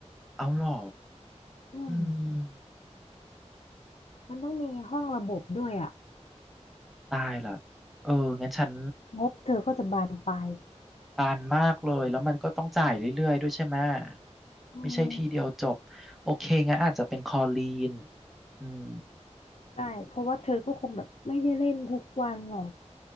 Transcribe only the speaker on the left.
อืม
มันต้องมีห้องระบบด้วยอ่ะ
งบเธอก็จะบานปลาย
อืม
ใช่เพราะว่าเธอก็คงแบบไม่ได้เล่นทุกวันหรอก